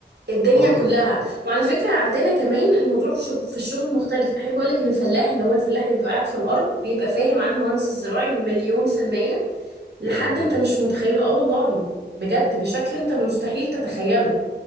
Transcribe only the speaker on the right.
الدنيا
كلها وعلى فكرة عندنا كمان الموضوع في الشغل في الشغل مختلف أحب أقولك إن الفلاح اللي هو الفلاح اللي بيبقى قاعد في الأرض بيبقى فاهم عن المهندس الزراعي مليون في المية لحد
أنت مش متخيله آه والله بجد بشكل أنت مستحيل تتخيله